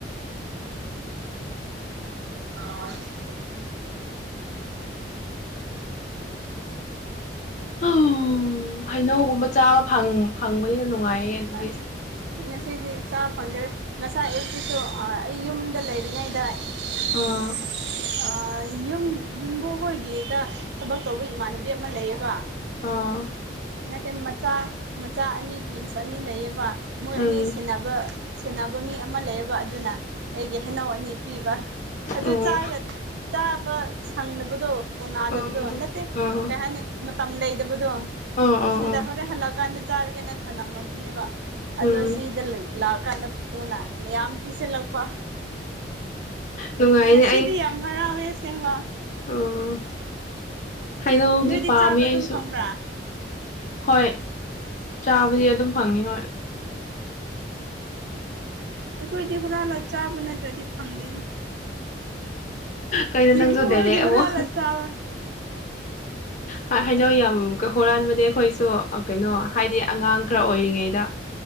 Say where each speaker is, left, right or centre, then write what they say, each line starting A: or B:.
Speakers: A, on the right (about 70°); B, on the left (about 40°).
A: <inaudible>
B: ꯑꯧ ꯍꯩꯅꯧꯒꯨꯝꯕ ꯆꯥꯕ ꯐꯪ ꯐꯪꯕꯅꯤꯅ ꯅꯨꯡꯉꯥꯏꯌꯦ ꯑꯗꯨꯗꯤ
A: ꯑꯁ ꯉꯁꯤꯗꯤ ꯆꯥ ꯐꯪꯗ꯭ꯔꯦ ꯉꯁꯥꯏ ꯑꯌꯨꯛꯇꯨꯁꯨ ꯑ ꯑꯩ ꯌꯨꯝꯗ ꯂꯩꯔꯤꯉꯩꯗ ꯎꯝ
B: ꯑꯥ
A: ꯑꯥ ꯌꯨꯝ ꯌꯨꯝꯕꯨ ꯍꯣꯏꯒꯤꯗ ꯊꯕꯛ ꯇꯧꯕ ꯏꯃꯥꯟꯅꯕꯤ ꯑꯃ ꯂꯩꯌꯦꯕ
B: ꯑꯥ
A: ꯅꯠꯇꯦ ꯃꯆꯥ ꯃꯆꯥ ꯑꯅꯤ ꯇ꯭ꯋꯤꯟꯁ ꯑꯅꯤ ꯂꯩꯌꯦꯕ ꯃꯣꯏ
B: ꯎꯝ
A: ꯑꯅꯤ ꯁꯦꯟꯅꯕ ꯁꯦꯟꯅꯕ ꯃꯤ ꯑꯃ ꯂꯩꯌꯦꯕ ꯑꯗꯨꯅ ꯑꯩꯒꯤ ꯍꯩꯅꯧ ꯑꯅꯤ ꯄꯤꯕ ꯑꯗꯨ
B: ꯎꯝ ꯑꯣ
A: ꯆꯥꯔꯒ ꯆꯥꯕ ꯁꯪꯗꯕꯗꯣ ꯀꯣꯟꯅꯗꯕꯗꯣ
B: ꯑꯣ
A: ꯅꯠꯇꯦ
B: ꯑꯣ
A: ꯀꯩ ꯍꯥꯏꯅꯤ ꯃ ꯇꯝ ꯂꯩꯗꯕꯗꯣ
B: ꯑꯣ ꯑꯣ
A: ꯑꯗꯨꯗ
B: ꯑꯣ
A: ꯍꯣꯔꯦꯟ ꯍꯜꯂꯛꯑꯀꯥꯟꯗ ꯆꯥꯔꯒꯦꯅ ꯊꯝꯂꯝꯃꯕꯅꯦꯕ ꯑꯗꯣ
B: ꯎꯝ
A: ꯁꯤꯗ ꯂꯩ ꯂꯥꯛꯑꯀꯥꯟꯗ ꯄꯨꯄꯨꯅ ꯌꯥꯝ ꯄꯤꯁꯤꯜꯂꯛꯄ
B: ꯅꯨꯡꯉꯥꯏꯅꯦ
A: ꯉꯁꯤꯗꯤ ꯌꯥꯝ ꯍꯔꯥꯎꯋꯦ ꯑꯁꯦꯡꯕ
B: ꯎꯝ ꯍꯩꯅꯧꯗꯤ
A: ꯅꯣꯏꯗꯤ
B: ꯄꯥꯝꯃꯦ
A: ꯆꯥꯕ
B: ꯑꯩꯁꯨ
A: ꯑꯗꯨꯝ ꯐꯪꯕ꯭ꯔꯥ
B: ꯍꯣꯏ ꯆꯥꯕꯗꯤ ꯑꯗꯨꯝ ꯐꯪꯉꯤ ꯍꯣꯏ
A: ꯑꯩꯈꯣꯏꯗꯤ ꯍꯨꯔꯥꯂ ꯆꯥꯕ ꯅꯠꯇ꯭ꯔꯗꯤ ꯐꯪꯗꯦꯅ
B: ꯀꯩꯅꯣ ꯅꯪꯁꯨ
A: ꯌꯨꯝꯕꯨ
B: ꯗꯥꯏꯔꯦꯛ
A: ꯍꯣꯏꯒꯤ
B: ꯑꯃꯨꯛ
A: ꯍꯨꯔꯥꯜꯂ ꯆꯕ
B: ꯍ ꯍꯩꯅꯧ ꯌꯥꯝ ꯍꯨꯔꯥꯟꯕꯅꯦ ꯑꯩꯈꯣꯏꯁꯨ ꯀꯩꯅꯣ ꯍꯥꯏꯗꯤ ꯑꯉꯥꯡ ꯈꯔ ꯑꯣꯏꯔꯤꯉꯩꯗ